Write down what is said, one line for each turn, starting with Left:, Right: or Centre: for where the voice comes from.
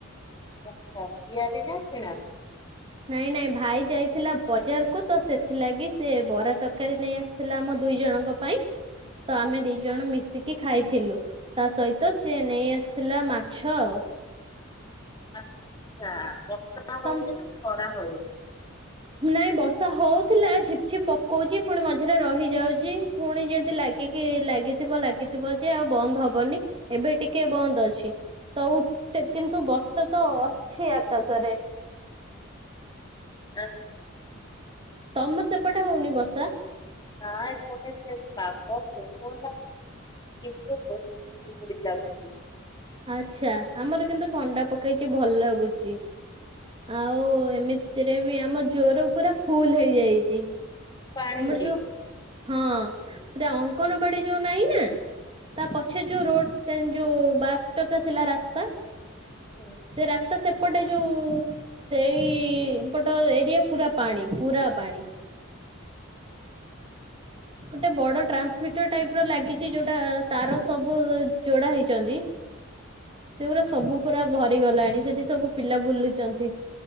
Left: ଓ ଆଛା ତିଆରି ନା କିଣା?
Right: ନାଇଁ ନାଇଁ ଭାଇ ଯାଇଥିଲା ବଜାର କୁ ତ ସେଥିଲାଗି ସିଏ ବରା ତର କାରୀ ନେଇ ଆସିଥିଲା ଆମ ଦୁଇ ଜଣଙ୍କ ପାଇଁ ତ
Left: ହଁ।
Right: ଆମେ ଦିଇ ଜଣ ମିଶିକି କି ଖାଇଥିଲୁ ତା ସହିତ ସିଏ ନେଇ ଆସିଥିଲା ମାଛ ଆଉ।
Left: ଆଛା ବର୍ଷା ହୋଉଚି
Right: ତମ
Left: ନା ନା ଖରା ହଉଚି
Right: ନାଇଁ ବର୍ଷା ହଉଥିଲା ଝିପ୍ ଝିପ୍ ପକଉଚି ଫୁଣି ମଝିରେ ରହିଯାଉଚି। ଫୁଣି ଯଦି ଲାଗିକି ଲାଗିଥିବ ଲାଗିଥିବ ଯେ ଆଉ ବନ୍ଦ ହବନି। ଏବେ ଟିକେ ବନ୍ଦ ଅଛି ତ ଉ କିନ୍ତୁ ବର୍ଷା ତ ଅଛି ଆକାଶରେ।
Left: ଆଚ୍
Right: ତମର ସେପଟେ ହଉନି ବର୍ଷା
Left: ନା ଏପଟେ ପାଗ କୋହଲା। କିନ୍ତୁ ଭହୁତ କୁହୁଡ଼ି ଯାଚୁଛନ୍ତି।
Right: ଆଛା ଆମର କିନ୍ତୁ ଥଣ୍ଡା ପକେଇଚି ଭଲ ଲାଗୁଚି ଆଉ ଏମିତି ସେଥିରେ ବି ଆମ ଜୋର ପୁରା ଫୁଲ ହେଇଯାଇଚି।
Left: ପାଣିରେ
Right: ଆମର ଯୋଉ
Left: ହୁଁ।
Right: ହଁ ପୁରା ଅଙ୍ଗନବାଡି ଯୋଉ ନାହିଁ ନା ତା ପଛେ ଯୋଉ ରୋଡ ଟେନ୍ ଯୋଉ ବାଟଟା ଥିଲା ରାସ୍ତା
Left: ହୁଁ।
Right: ସେ ରାସ୍ତା ସେପଟେ ଯୋଉ ସେଇପଟ ଏରିଆ ପୁରା ପାଣି ପୁରା ପାଣି। ଗୋଟେ ବଡ ଟ୍ରାନ୍ସମିଟର ଟାଇପ ର ଲାଗିଚି ଯୋଉଟା ତାର ସବୁ ଯୋଡା ହେଇଚନ୍ତି। ସେଉରା ସବୁ ପୁରା ଭରି ଗଲାଣି ସେଠି ସବୁ ପିଲା ବୁଲୁଚନ୍ତି।